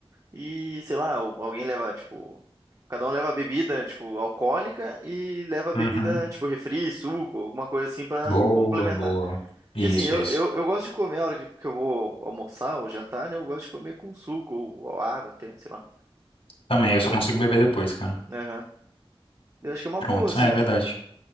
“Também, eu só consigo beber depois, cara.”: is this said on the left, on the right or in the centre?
Left